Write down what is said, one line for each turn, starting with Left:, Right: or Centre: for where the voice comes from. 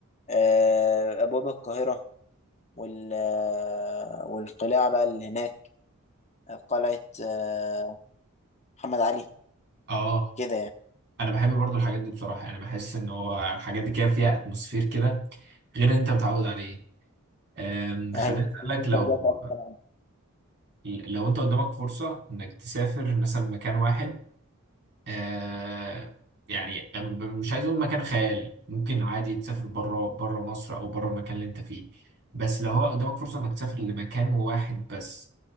Left: آه ابواب القاهره وال آه، والقلاع بقى اللي هناك قلعه آه محمد علي
Right: اه
Left: كده يعني
Right: انا بحب برضو الحاجات دي بصراحه يعني بحس ان هو الحاجات دي كده فيها اتموسفير كده غير اللي انت متعود عليه أم،
Left: ايوه
Right: خليني اسالك
Left: بس انت
Right: لو
Left: رجعت الف سنه
Right: لو انت قدامك فرصه انك تسافر مثلا مكان واحد أه، يعني أم- مش عايز اقول مكان خيالي ممكن عادي تسافر بره بره مصر او بره المكان اللي انت فيه بس لو هو قدامك فرصه انك تسافر لمكان واحد بس